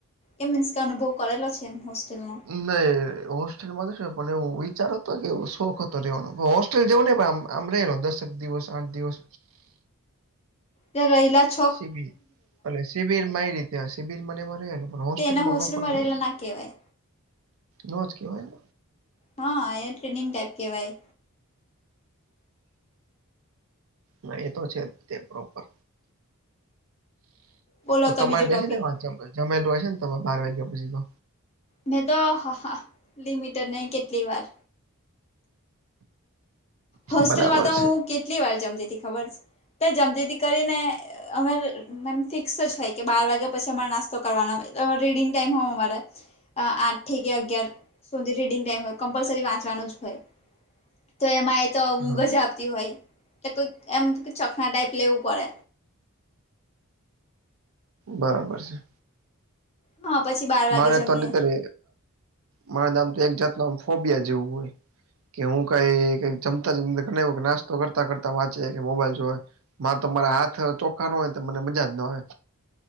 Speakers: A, on the left; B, on the right.
A: એ મીન્સ કે અનુભવ કરેલો છે એમ હોસ્ટેલનો.
B: ના હોસ્ટેલ મા પણ એવું વિચાર હતો કે એવું શોખ હતો રેવાનો બો હોસ ટલ જવું ને આમ આમ રલો દસક દિવસ આઠ દિવસ
A: તે રૈલા જ
B: શિબિર એટલે શિબિર મારી રીતે શિબિર મને મને મારે એલો ઓલો હોસ્ટેલમાં
A: તે એના
B: પ્રોપર નહી
A: રહેલા ના કહેવાય
B: નોજ કેવાય ને
A: હા એ ટ્રેનિંગ ટાઈપ કેવાય.
B: ના એતો છે. તે પ્રોપર
A: બોલો
B: તો તમારે
A: બીજો ટોપિક
B: દે છે. ને વા જમેલું હોય છે. ને તમે બાર વાગ્યા પછી તો.
A: મે તો લિમિટર નહી કેટલી વાર હોસ્ટેલમાં
B: બરાબર
A: તો હું કેટલી વાર જમતી હતી ખબર તો જમતી ત કરીને. અ મે ફિક્સ જ હોય કે બાર વાગ્યા પછી, અમારે નાસ્તો કરવાનોલે રીડિંગ ટાઈમ હોવ અમારે. આઠ થી કે અગિયાર સુધી રીડિંગ ટાઈમ હોય. કમ્પલસરી વાંચવાનું જ હોય. તો એમાં એ તો
B: છે
A: ઊંઘ
B: હા
A: જ આપતી હોય. એલે કોઈ એમ ચકના ટાઈપ લેવું પડે.
B: બરાબર છે.
A: હા. પછી બાર
B: મારે
A: વાગે જમીએ
B: તો નનીતરે મારે નામ તો એક જાત ન આમ ફોબિયા જેવું હોય. કે હું કઈ ક જમતા જમતા ઘ એ નાસ્તો કરતા કરતાં વાંચે કે મોબાઈલ જોવા માં તો મારા હાથ ચોખ્ખા ન હોય. તો મને મજા જ ના આવે.